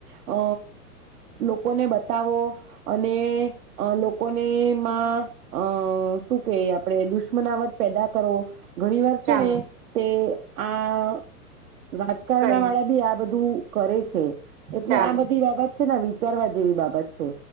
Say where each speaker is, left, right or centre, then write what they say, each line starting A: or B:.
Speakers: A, on the right (about 65°); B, on the right (about 50°).
A: અ લોકોને બતાવો અને અ લોકોને માં અ શું કે આપ આપણે દુશ્મનાવટ પેદા કરો ઘણી વાર છે
B: ચાલો
A: ને તે આ રાજકારણ
B: કઈ
A: વાળા બી આ બધું કરે છે.
B: ચાલો
A: આ બધી બાબત <unintelligible> ના વિચારવા જેવી બાબત છે.